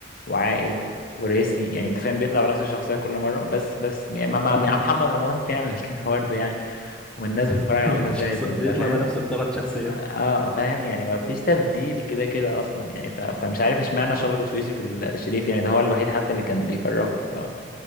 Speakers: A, on the left; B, in the centre.
A: وعاقل وراسي يعني انت فاهم بيطلع بنفس الشخصيه كل مره بس بس يعني ما ما-
B: اه
A: ما- محمد رمضان <laughs> بيعمل كده برضه يعني والناس بتتفرج
B: <laughs>
A: على مسلسلاته
B: شخص بيطلع
A: انت فاهم
B: بنفس الثلاث شخصيات
A: اه فاهم يعني ما فيش تبديل كده كده اصلا يعني ف... فمش عارف اشمعنى شبطت في يوسف الشريف يعني ده هو الوحيد حتى اللي كان بيجرب آه،